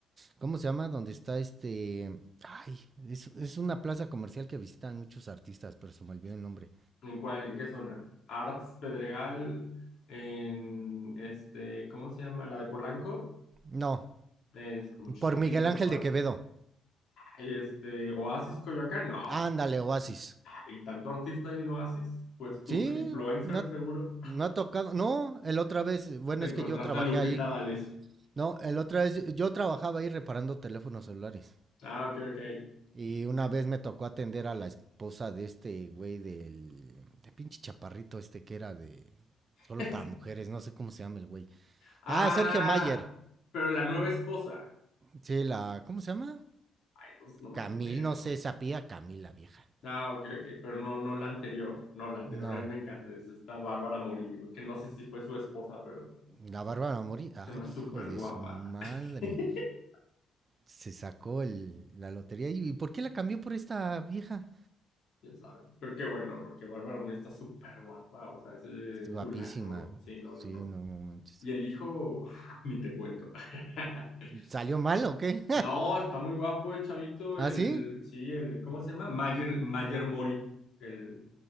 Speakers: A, on the right; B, on the left.
A: ¿cómo se llama? Donde está este, ay, es, es una plaza comercial que visitan muchos artistas, pero se me olvidó el nombre.
B: ¿En cuál? ¿En qué zona? Arts Pedregal, en este, ¿cómo se llama? La de Polanco.
A: No,
B: Es, muchos
A: por
B: artistas,
A: Miguel Ángel
B: ¿cuál?
A: de Quevedo.
B: Ay, Este, Oasis Coyoacán, no.
A: Ándale, Oasis.
B: Y tanto artista y en Oasis, pues tú,
A: Sí,
B: tu influencer
A: me ha,
B: seguro.
A: me ha tocado, no, el otra vez, bueno,
B: Te
A: es
B: encontraste
A: que yo trabajé
B: a Lupita
A: ahí.
B: D'Alessio.
A: No, el otra vez yo trabajaba ahí reparando teléfonos celulares.
B: Ah, ok, ok.
A: Y una vez me tocó atender a la esposa de este güey del de pinche chaparrito este que era de solo
B: <laughs>
A: para mujeres, no sé cómo se llama el güey.
B: Ah,
A: Ah, Sergio Mayer.
B: pero la nueva esposa.
A: Sí, la ¿cómo se llama?
B: Ay, no, no me
A: Camil,
B: acuerdo.
A: no sé, sapía Camil la vieja.
B: Ah, ok, ok, pero no, no la anterior, no la anterior,
A: No,
B: a mí me encanta, es esta Bárbara Murillo, que no sé si fue su esposa, pero
A: la Bárbara Mori. Ay,
B: Se me hace
A: hijo
B: súper
A: de
B: guapa.
A: su madre.
B: <laughs>
A: Se sacó el, la lotería. ¿Y por qué la cambió por esta vieja?
B: Quién sabe. Pero qué bueno, porque Bárbara Mori está súper guapa. O sea, ese
A: Guapísima.
B: fulano. Sí, no, no,
A: Sí,
B: no.
A: no, no manches.
B: Y el hijo, <laughs> ni te cuento. <laughs>
A: ¿Salió mal o qué?
B: No, está muy guapo el chavito,
A: ¿Ah,
B: el,
A: sí?
B: sí, el, ¿cómo se llama? Mayer, Mayer Mori. El,